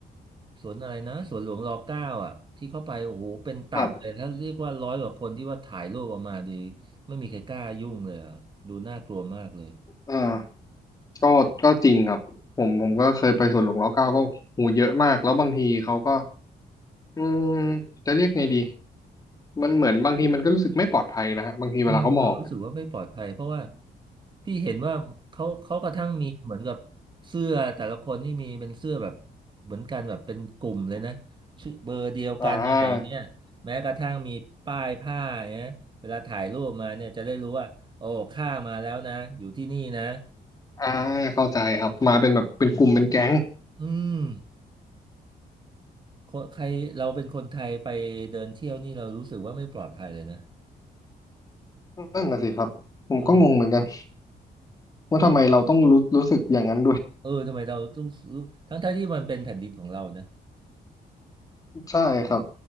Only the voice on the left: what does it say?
ครับ
อ่าก็ก็จริงครับผมผมก็เคยไปสวนหลวงรัชกาลเกาก็หูเยอะมากแล้วบางทีเขาก็อืมจะเรียกไงดีมันเหมือนบางทีมันก็รู้สึกไม่ปลอดภัยนะฮะบางทีเวลาเขามองอะ
อ่า อ่าเข้าใจครับมาเป็นแบบเป็นกลุ่มเป็นแก๊ง
นั่นน่ะสิครับผมก็งงเหมือนกัน
ว่าทำไมเราต้องรู้รู้สึกอย่างนั้นด้วย
ใช่ครับ